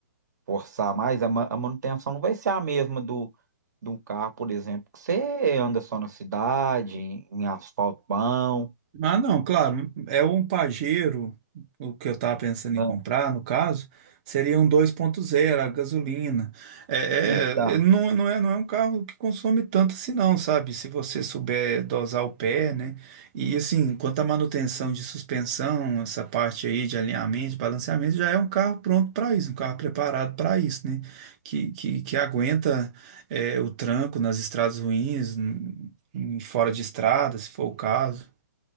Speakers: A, on the right; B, on the right.
A: forçar mais. A, ma- a manutenção não vai ser a mesma do de um carro, por exemplo, que você anda só na cidade, em em asfalto bom.
B: Ah, não, claro, é um Pajero, o que eu estava pensando
A: né?
B: em comprar, no caso, seria um 2.0, a gasolina. É,
A: Então,
B: é, é, não, não é, não é um carro que consome tanto assim não, sabe? Se você souber dosar o pé, né? E assim, quanto à manutenção de suspensão, essa parte aí de alinhamento, de balanceamento, já é um carro pronto para isso, um carro preparado para isso, né? Que, que, que aguenta é, o tranco nas estradas ruins, em- em- fora de estrada, se for o caso